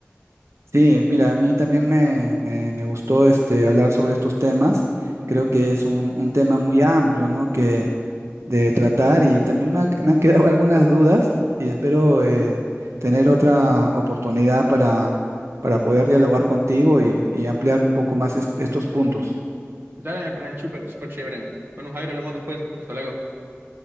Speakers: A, on the right; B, on the right.
A: Sí, mira, a mí también me, me- me gustó este, hablar sobre estos temas. Creo que es un, un tema muy amplio, ¿no? Que de tratar y también me han, me han quedado <laughs> algunas dudas y espero eh, tener otra oportunidad para, para poder dialogar contigo y, y ampliar un poco más est- estos puntos.
B: Dale, me parece súper súper chévere. Bueno, Jairo, hablamos después. Hasta luego.